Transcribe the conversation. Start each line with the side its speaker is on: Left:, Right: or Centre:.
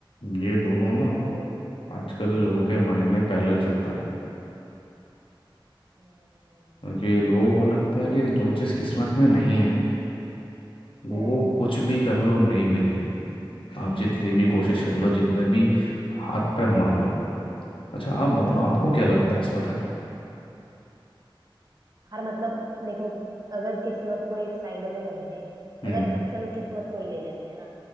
Left: ये दोनों ना
Right: हम्म
Left: आजकल लोगों के माइंड में पहले चलता है
Right: हम्म
Left: क्योंकि लोगों को लगता है कि जो चीज़ किस्मत में नहीं है वो
Right: हम्म
Left: कुछ भी कर लो नहीं मिलेगी आप जितनी भी कोशिश कर लो जितने भी हाथ पैर मार लो अच्छा आप
Right: हम्म
Left: बताओ आपको क्या लगता है इस बारे में
Right: हर मतलब देखो अगर किस्मत को एक साइड में रख दे
Left: हम्म
Right: अगर चलो किस्मत को ही ले लेते हैं ना